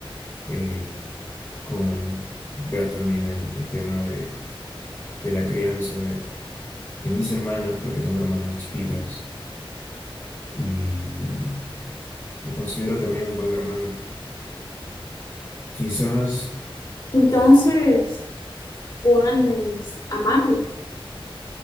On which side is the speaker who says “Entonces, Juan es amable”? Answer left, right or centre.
Left